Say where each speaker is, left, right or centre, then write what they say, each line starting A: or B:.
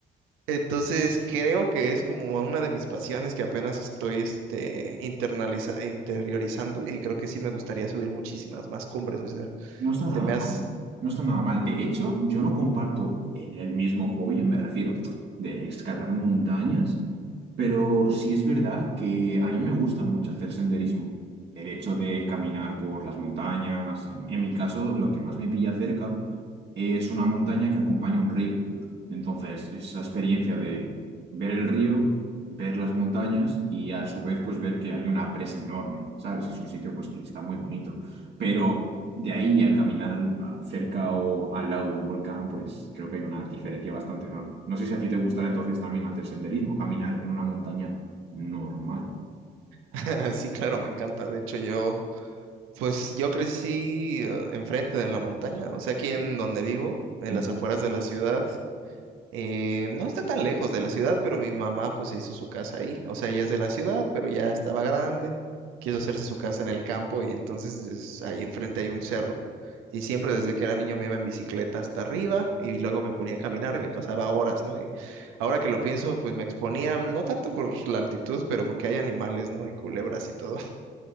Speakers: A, on the right; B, on the right.
A: Entonces creo que es como una de mis pasiones que apenas estoy este, internaliza, interiorizando y creo que sí me gustaría subir muchísimas más cumbres. O sea,
B: No está
A: se
B: nada
A: me hace...
B: mal, no está nada mal. De hecho, yo no comparto el, el mismo hobby, me refiero, de escalar montañas, pero sí es verdad que a mí me gusta mucho hacer senderismo. El hecho de caminar por las montañas, en, en mi caso, lo que más me pilla cerca es una montaña que acompaña un río. Entonces, es la experiencia de ver el río, ver las montañas y a su vez, pues ver que hay una presa enorme, ¿sabes? Es un sitio pues que está muy bonito. Pero de ahí a caminar al- a- cerca o al lado de un volcán, pues creo que hay una diferencia bastante enorme. No sé si a ti te gustará entonces también hacer senderismo, caminar en una montaña normal.
A: <laughs> Sí, claro, me encanta. De hecho, yo, pues yo crecí eh, enfrente de la montaña, o sea, aquí en donde vivo, en
B: Mm.
A: las afueras de la ciudad. Eh, no está tan lejos de la ciudad, pero mi mamá pues se hizo su casa ahí. O sea, ella es de la ciudad, pero ya estaba grande. Quiso hacerse su casa en el campo y entonces es- ahí enfrente hay un cerro. Y siempre desde que era niño me iba en bicicleta hasta arriba y luego me ponía a caminar y me pasaba horas, ¿no? Y ahora que lo pienso, pues me exponía no tanto por la altitud, pero porque hay animales, ¿no? Y culebras y todo.